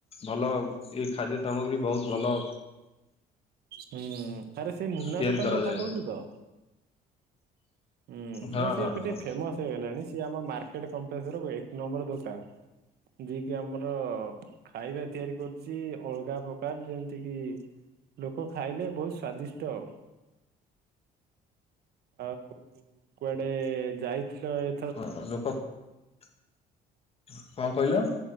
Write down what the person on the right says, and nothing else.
ହୁଁ ଆରେ ସେଇ ମୁନା
ଦୋକାନ
କଥା କହୁଚୁ ତ। ହୁଁ
ନାଇଁ ସିଏଏବେ
ଟିକେ ଫେମସ ହେଇଗଲାଣି ସିଏ ଆମ ମାର୍କେଟ କପ୍ଲେକ୍ସ ର ଏକ ନମ୍ବର ଦୋକାନ। ଯିଏ କିି ଆମର ଖାଇବା ତିଆରି କରୁଚି ଅଲଗା ପ୍ରକାର ଯେମିତି କି ଲୋକ ଖାଇଲେ ବହୁତ ସ୍ଵାଦିଷ୍ଟ ଆଉ ଆଉ କୁଆଡେ ଯାଇଥିଲ ଏ